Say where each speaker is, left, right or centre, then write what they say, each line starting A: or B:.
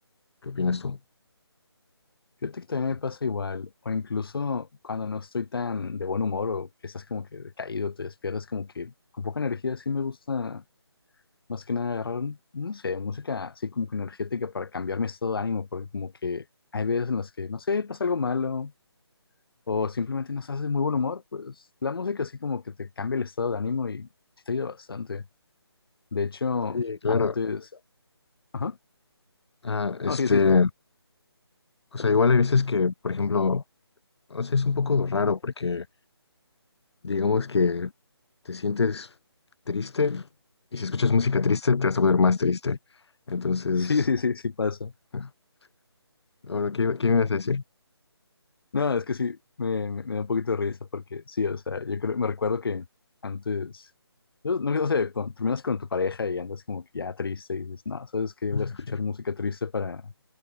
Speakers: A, on the left; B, on the left.
A: ¿Qué opinas tú?
B: Fíjate que también me pasa igual. O incluso cuando no estoy tan de buen humor o que estás como que caído, te despiertas como que con poca energía, sí me gusta Más que nada agarrar, no sé, música así como que energética para cambiar mi estado de ánimo, porque como que hay veces en las que, no sé, pasa algo malo o simplemente no estás de muy buen humor, pues la música así como que te cambia el estado de ánimo y sí te ayuda bastante. De hecho,
A: Sí, claro.
B: antes... Ajá.
A: Ah, este,
B: No, sí, sí, sí.
A: o sea, igual hay veces que, por ejemplo, no sé, es un poco raro porque digamos que te sientes triste y si escuchas música triste te vas a poner más triste. Entonces,
B: Sí, sí, sí, sí pasa.
A: <laughs> bueno, ¿qué, qué me ibas a decir?
B: No, es que sí, me, me- me da un poquito de risa porque sí, o sea, yo creo, me recuerdo que antes... yo No, no sé, cuando terminas con tu pareja y andas como que ya triste y dices, no, ¿sabes qué?
A: <laughs>
B: Voy a escuchar música triste para,